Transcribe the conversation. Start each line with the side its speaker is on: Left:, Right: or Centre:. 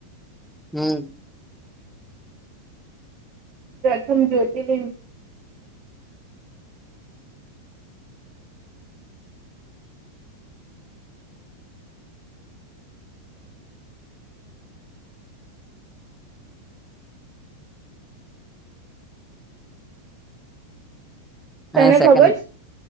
Centre: હમ
Right: પ્રથમ જ્યોતિર્લિંગ તને
Centre: હ સેકન્ડ
Right: ખબર છે